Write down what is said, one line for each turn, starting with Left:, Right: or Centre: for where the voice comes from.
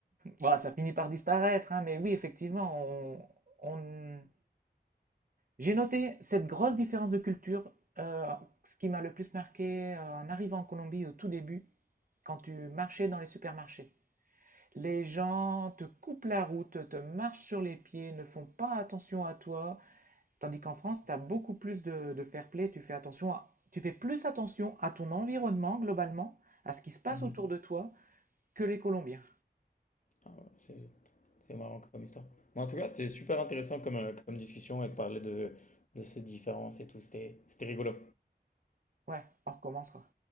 Right: Bah, ça finit par disparaître, hein, mais oui, effectivement, on, on- j'ai noté cette grosse différence de culture. euh, ce qui m'a le plus marqué euh, en arrivant en Colombie au tout début, quand tu marchais dans les supermarchés. Les gens te coupent la route, te marchent sur les pieds, ne font pas attention à toi, tandis qu'en France, tu as beaucoup plus de, de fair play, tu fais attention à- tu fais plus attention à ton environnement globalement, à ce qui se passe
Left: Mhm.
Right: autour de toi, que les Colombiens.
Left: Ah ouais, C'est c'est marrant comme histoire. Mais en tout cas, c'était super intéressant comme, euh, comme discussion et de parler de, de ces différences et tout. C'était c'était rigolo.
Right: Ouais, on recommencera.